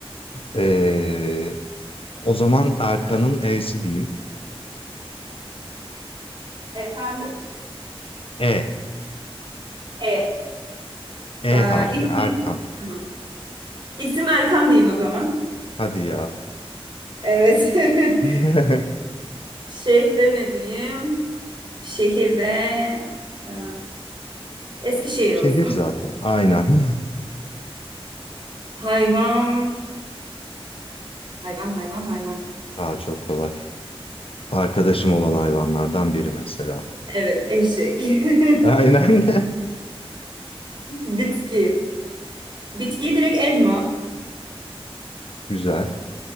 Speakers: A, on the left; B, on the right.
A: Ee, o zaman Erkan'ın E'si diyeyim.
B: Efendim?
A: E.
B: E.
A: E
B: Ee,
A: harfi
B: isim.
A: Erkan.
B: Tamam. İsim Erkan diyeyim o zaman.
A: Hadi ya.
B: Evet. <laughs>
A: <laughs>
B: Şehre ne diyeyim? Şehirde e, Eskişehir
A: Şehir
B: olsun.
A: zaten. Aynen.
B: Hayvan, hayvan, hayvan, hayvan.
A: <laughs> Aa çok kolay. Arkadaşım olan hayvanlardan biri mesela.
B: Evet, eşek. <laughs>
A: Aynen.
B: Bitki. Bitkiyi direkt elma.
A: <laughs> Güzel.